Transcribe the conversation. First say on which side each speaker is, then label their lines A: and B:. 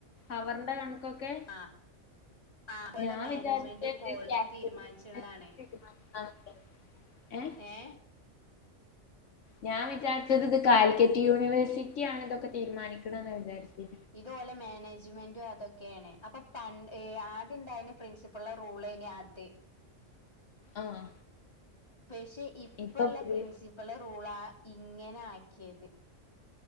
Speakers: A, on the left (about 70°); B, on the left (about 20°).
A: അവറടെ കണക്കൊക്കെ
B: ആ അതുപോലെ
A: ഞാൻ
B: മാനേജ്മെന്റും
A: വിചാരിച്ചത്എന്ധെലും
B: കോളേജും തീരുമാനിച്ചതാണ്
A: <unintelligible> തീരുമാനത് ഏഹ്.
B: ഏ
A: ഞാൻ വിചാരിച്ചത് ഇത് കാലിക്കറ്റ് യൂണിവേഴ്സിറ്റിയാണ്തൊക്കെ തീരുമാനിക്കണ് വിചാരിച്ച്.
B: ഇതോലെ മാനേജ്മെന്റും അതൊക്കേണ് അപ്പൊ പൺ ഏയ് ആദ്യണ്ടയെ ന്നെ പ്രിൻസിപ്പ ഇപ്പള്ളറൂള്ന് ആത്തി
A: ആഹ്.
B: പഷേ ഇപ്പള്ളെ
A: ഇപ്പൊ പുതിയ
B: പ്രിൻസിപ്പളെ റൂളാ ഇങ്ങനെ ആക്ക്യേത്.